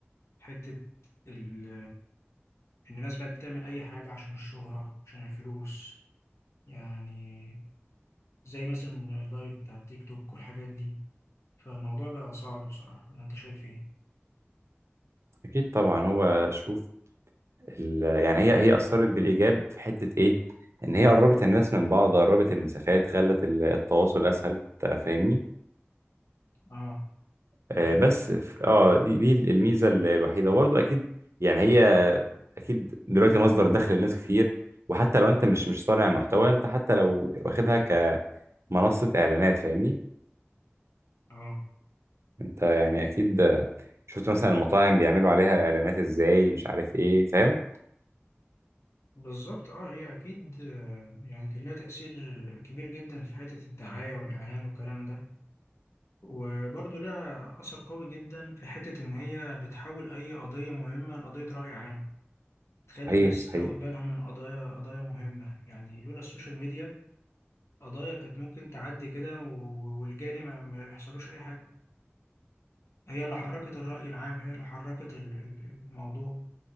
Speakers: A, on the left (about 85°); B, on the right (about 80°).
A: حته ال- ان الناس بقت بتعمل اي حاجه عشان الشهره عشان الفلوس يعني زي مثلا اللايف بتاع التيك توك والحاجات دي فالموضوع بقى صعب بصراحة ولا انت شايف ايه؟
B: اكيد طبعا هو شوف ال- يعني هي هي اثرت بالايجاب في حته ايه ان هي قربت الناس من بعض قربت المسافات خلت ال- التواصل اسهل أنت فاهمني
A: اه
B: آه
A: مظبوط
B: بس ف- اه دي دي الميزه ال- الوحيده وبرضه اكيد يعني هي اكيد دلوقتي مصدر دخل لناس كتير وحتى لو انت مش مش صانع محتوى انت حتى لو واخدها كمنصه اعلانات فاهمني
A: اه
B: انت يعني اكيد آه، شفت مثلا المطاعم بيعملوا عليها اعلانات ازاي مش عارف ايه فاهم
A: بالظبط اه هي اكيد آه، يعني كان لها تأثير كبير جدا في حتة الدعاية والاعلان والكلام ده وبرضه ليها اثر قوي جدا في حتة ان هي بتحول اي قضية مهمة لقضية رأي عام تخلي
B: صحيح
A: الناس
B: صحيح
A: تاخد بالها من قضايا قضايا مهمة يعني لولا السوشيال ميديا قضايا كانت ممكن تعدي كده و- و- والجاني ما ما يحصلوش اي حاجة هي اللي حركت الرأي العام هي اللي حركت ال- ال- الموضوع